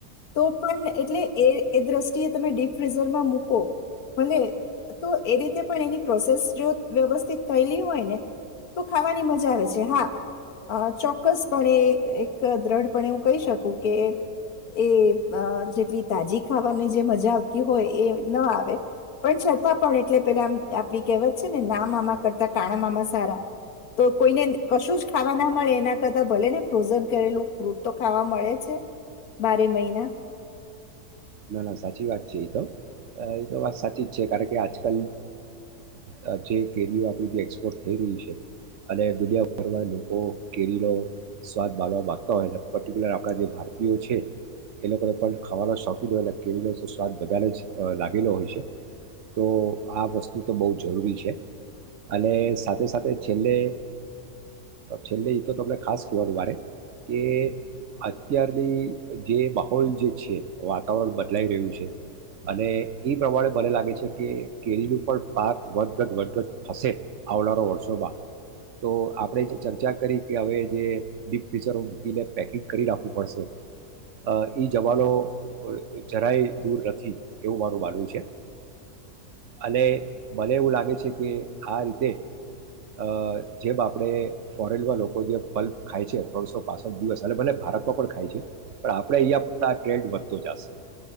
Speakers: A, on the left; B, on the right.
A: તો પણ એટલે એ એ દ્રષ્ટિએ તમે ડીપ ફ્રીઝરમાં મૂકો ભલે તો એ રીતે પણ એની પ્રોસેસ જો વ્યવસ્થિત થયેલી હોય ને તો ખાવાની મજા આવે છે હા. અ ચોક્કસપણે એક દ્રઢ પણ હું કહી શકું કે એ એજેટલી તાજી ખાવાની જે મજા આવતી હોય એ ન આવે પણ છતાં પણ એટલે પેલામ આપડી કહેવત છે ને ના મામા કરતા કાણા મામા સારા તો કોઈને કશું જ. ખાવા ના મળે એના કરતા ભલે ને ફ્રોઝન કરેલું ફ્રૂટ તો ખાવા મળે છે બારે મહિના.
B: ના ના સાચી વાત છે એ તો એ તો વાત સાચી જ છે કારણ કે આજકાલ અ જે કેરીઓ આપણી જે એક્સપોર્ટ થઈ રહી છે અને દુનિયાભરમાં લોકો કેરીનો સ્વાદ બાળવા માંગતા હોય પર્ટિક્યુલર આપણા જે ભારતીયો છે એ લોકોને પણ ખાવાનો શોખ. લો અને કેરીલો તો સ્વાદ વધધારે જ લાગેલો હોય છે તો આ વસ્તુ તો બહુ જરૂરી છે અને સાથે સાથે છેલ્લે છેલ્લે એ તો તમને ખાસ કહેવાનું મારે કે અત્યારની જે માહોલ જે છે. વાતાવરણ બદલાઈ રહ્યું છે અને એ પ્રમાણે મને લાગે છે કે કેરીનું પણ પાક વધઘટ વધઘટ થશે આવનારા વર્ષોમાં તો આપણે જે ચર્ચા કરી કે હવે જે ડીપ ફીચરો મૂકીને પેકિંગ કરી રાખવું પડશે એ જમાનો. ઓ એ જરાય દૂર નથી એવું મારું માનવું છે. અને મને એવું લાગે છે કે આ રીતે અહ જેમ આપણે ફોરેનમાં લોકો જે પલ્પ ખાય છે ત્રણસો પાસઠ દિવસ અને ભલે ભારતમાં પણ ખાય છે પણ આપણે અહીંયા આ ટ્રેન્ડ તો જાશે.